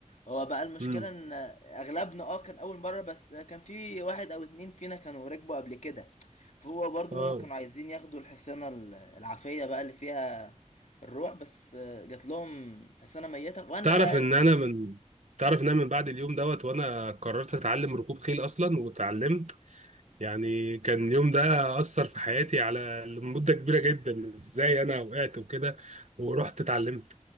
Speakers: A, on the left; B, on the right.
A: هو بقى المشكله
B: امم
A: ان اغلبنا اه كان اول مره بس كان في واحد او اتنين فينا كانوا ركبوا قبل كده فهو برضو
B: اه
A: هما كانوا عايزين ياخدوا الحصانه ال- العافيه بقى اللي فيها الروح بس جات لهم حصانه ميته وانا
B: تعرف
A: بقى
B: ان انا من تعرف ان انا من بعد اليوم دوت وانا قررت اتعلم ركوب خيل اصلا واتعلمت يعني كان اليوم ده أثر في حياتي على لمدة كبيرة جدا إزاي أنا وقعت وكده ورحت اتعلمت